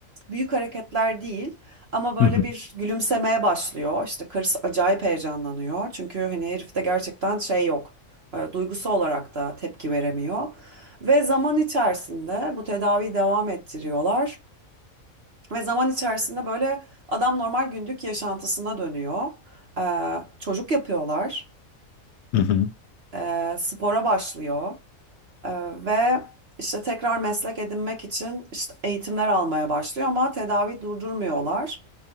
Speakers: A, on the right; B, on the left.
A: büyük hareketler değil ama böyle
B: Hı hı.
A: bir gülümsemeye başlıyor. İşte karısı acayip heyecanlanıyor. Çünkü hani herifte gerçekten şey yok. E, Duygusu olarak da tepki veremiyor. Ve zaman içerisinde bu tedaviyi devam ettiriyorlar. Ve zaman içerisinde böyle adam normal gündük yaşantısına dönüyor. E, çocuk yapıyorlar.
B: Hı hı.
A: E, spora başlıyor. Ee, ve işte tekrar meslek edinmek için işte eğitimler almaya başlıyor ama tedavi durdurmuyorlar.